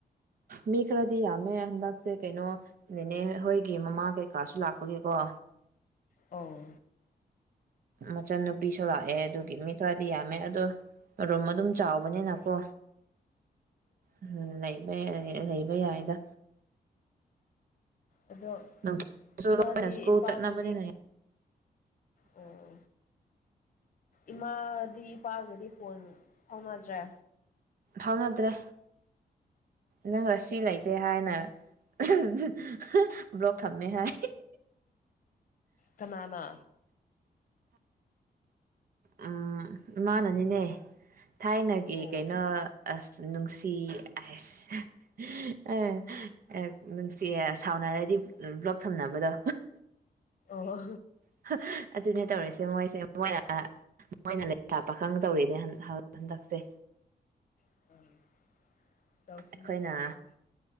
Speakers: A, on the right (about 60°); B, on the left (about 55°).
A: ꯃꯤ ꯈꯔꯗꯤ ꯌꯥꯝꯃꯦ ꯍꯟꯗꯛꯁꯦ ꯀꯩꯅꯣ ꯅꯦꯅꯦ ꯍꯣꯏꯒꯤ ꯃꯃꯥ ꯀꯩꯀꯥꯁꯨ ꯂꯥꯛꯄꯒꯤꯀꯣ
B: ꯑꯣ
A: ꯃꯆꯟꯅꯨꯄꯤꯁꯨ ꯂꯥꯛꯑꯦ ꯑꯗꯨꯒꯤ ꯃꯤ ꯈꯔꯗꯤ ꯌꯥꯝꯃꯦ ꯑꯗꯣ ꯔꯨꯝ ꯑꯗꯨꯝ ꯆꯥꯎꯕꯅꯤꯅꯀꯣ ꯎꯝ ꯂꯩꯕꯩ <unintelligible> ꯂꯩꯕ ꯌꯥꯏꯗ
B: ꯑꯗꯣ
A: ꯅꯨꯡꯊꯤꯜꯁꯨ
B: ꯏꯃꯥꯗꯤ
A: ꯂꯣꯏꯅ ꯁ꯭ꯀꯨꯜ
B: ꯏꯄꯥꯒꯗꯤ
A: ꯆꯠꯅꯕꯅꯤꯅ
B: ꯑꯣ ꯏꯃꯥꯗꯤ ꯏꯄꯥꯒꯗꯤ ꯐꯣꯟ ꯐꯥꯎꯅꯗ꯭ꯔꯦ
A: ꯐꯥꯎꯅꯗ꯭ꯔꯦ ꯅꯪ ꯔꯥꯁꯤ ꯂꯩꯇꯦ ꯍꯥꯏꯅ <unintelligible> ꯕ꯭ꯂꯣꯛ ꯊꯝꯃꯦ ꯍꯥꯏ
B: ꯀꯅꯥꯅ
A: ꯎꯝ ꯏꯃꯅꯅꯤꯅꯦ ꯊꯥꯏꯅꯒꯤ
B: ꯑꯣ
A: ꯀꯩꯅꯣ ꯑꯁ ꯅꯨꯡꯁꯤ ꯑꯏꯁ <unintelligible> ꯑꯦ ꯅꯨꯡꯁꯤ ꯁꯥꯎꯅꯔꯗꯤ ꯕ꯭ꯂꯣꯛ ꯊꯝꯅꯕꯗꯣ
B: ꯑꯣ
A: <unintelligible> ꯑꯗꯨꯅꯦ ꯇꯧꯔꯤꯁꯦ ꯃꯣꯏꯁꯦ ꯃꯣꯏꯅ ꯃꯣꯏꯅ ꯂꯩꯁꯥ ꯄꯥꯈꯪ ꯇꯧꯔꯤꯅꯦ ꯍꯟꯗꯛꯁꯦ
B: <unintelligible> ꯇꯧꯁꯤꯅꯨ
A: ꯑꯩꯈꯣꯏꯅ
B: ꯇꯧꯁꯤꯅꯨ